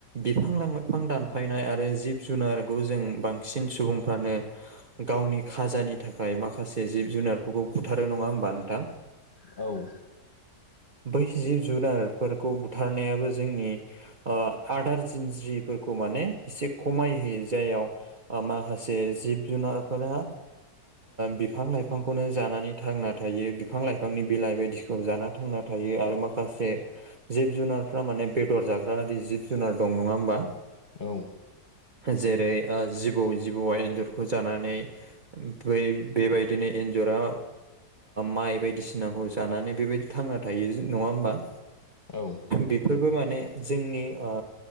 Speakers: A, on the right (about 45°); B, on the left (about 40°).
A: बिफां लाइफां दानफायनाय आरो जिब जुनारखौ जों बांसिन सुबुंफ्रानो गावनि खाजानि थाखाय माखासे जिब जुनारफोरखौ बुथारो नङा होमबा नोंथां?
B: औ
A: बै जिब जुनारफोरखौ बुथारनायाबो जोंनि आदार जिन्ज्रिफोरखौ माने एसे खमाय होयो जाययाव माखासे जिब जुनारफोरा बिफां लाइफांखौनो जानानै थांना थायो बिफां लाइफांनि बिलाइ बायदिखौ जाना थांना थायो आरो माखासे जिब जुनारफ्रा माने बेदर जाग्रा आरि जिब जुनार दं नङा होमबा?
B: औ
A: जेरै जिबौ जिबौआ एन्जरखौ जानानै ओमफाय बेबायदिनो एन्जरा माइ बायदिसिनाखौ जानानै बेबायदि थांना थायो नङा होमबा?
B: औ
A: बेफोरबो माने जोंनि ओ